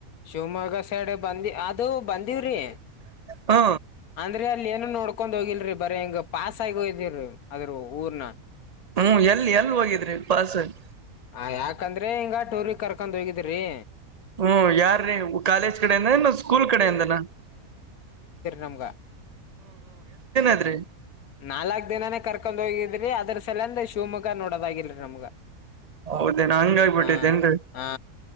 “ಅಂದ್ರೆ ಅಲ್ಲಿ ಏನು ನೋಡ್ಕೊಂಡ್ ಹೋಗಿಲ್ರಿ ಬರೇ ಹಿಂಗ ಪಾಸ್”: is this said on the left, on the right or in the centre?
Left